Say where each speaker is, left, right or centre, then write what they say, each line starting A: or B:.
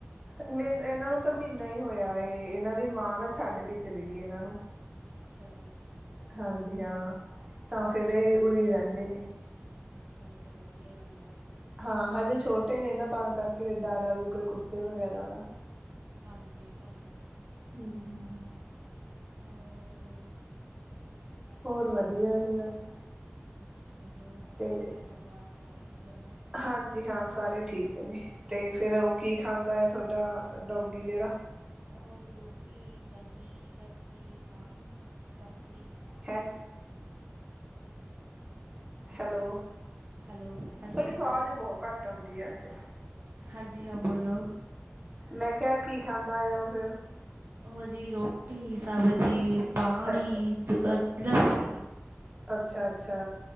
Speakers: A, on the right; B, on the right.
A: ਮਨ ਇਹਨਾਂ ਨੂੰ ਤਾਂ ਮਹੀਨਾ ਹੀ ਹੋਇਆ। ਇਹ ਇਹਨਾਂ ਦੀ ਮਾਂ ਨਾ ਛੱਡ ਕੇ ਚਲੇ ਗਈ ਇਹਨਾਂ ਨੂੰ।
B: ਅੱਛਾ ਜੀ ਅੱਛਾ।
A: ਹਾਂਜੀ ਹਾਂ। ਤਾਂ ਫਿਰ
B: ਹਮ,
A: ਇਹ ਉਰੀ ਰਹਿੰਦੇ ਨੇ।
B: ਅੱਛਾ ਜੀ। ਚਲੋ ਵਧੀਆ ਗੱਲ ਆ।
A: ਹਾਂ, ਹਜੇ ਛੋਟੇ ਨੇ ਨਾ ਤਾਂ ਕਰਕੇ ਹ ਡਰ ਵੀ ਕੋਈ ਕੁੱਤੇ ਵਗੈਰਾ ਦਾ।
B: ਹਾਂਜੀ, ਇਹ ਤਾਂ ਹੈ।
A: ਹਮ।
B: ਹੋਰ ਦੱਸੋ ਜੀ?
A: ਹੋਰ ਵਧੀਆ ਜੀ ਬਸ।
B: ਅੱਛਾ, ਹੋਰ
A: ਤੇ
B: ਤੁਹਾਡੇ ਘਰ ਪਰਿਵਾਰ ਸਾਰੇ ਕਿੱਦਾਂ ਨੇ?
A: ਹਾਂਜੀ ਹਾਂ। ਸਾਰੇ ਠੀਕ ਨੇ ਤੇ ਫਿਰ
B: ਅੱਛਾ
A: ਉਹ ਕੀ ਖਾਂਦਾ ਆ? ਥੋਡਾ ਡੋਗੀ ਜਿਹੜਾ।
B: ਉਹੋ ਜਿਹੀ ਰੋਟੀ, ਦਹੀਂ, ਲੱਸੀ, ਪਾਣੀ, ਸਬਜ਼ੀ।
A: ' <unintelligible>
B: ਹਾਂਜੀ,
A: ਹੈਲੋ
B: ਹੈਲੋ।
A: ਤੁਹਾਡੀ
B: ਹਾਂਜੀ-ਹਾਂਜੀ।
A: ਆਵਾਜ਼ ਬਹੁਤ ਘੱਟ ਆਉਂਦੀ ਹੈ ਅੱਜ
B: ਹਾਂਜੀ ਹਾਂ ਬੋਲੋ?
A: ਮੈਂ ਕਿਹਾ ਕੀ ਖਾਂਦਾ ਆ ਉਹ ਫਿਰ?
B: ਉਹੋ ਜੀ ਰੋਟੀ, ਸਬਜ਼ੀ, ਪਾਣੀ,
A: ਅੱਛਾ
B: ਦ ਲੱਸੀ।
A: ਅੱਛਾ-ਅੱਛਾ